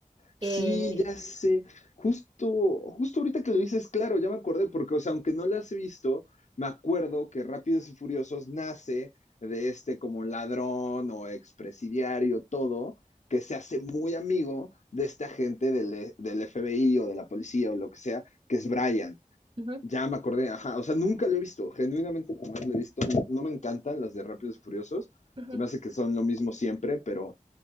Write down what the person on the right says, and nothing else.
Eh,
Ujú,
ujú.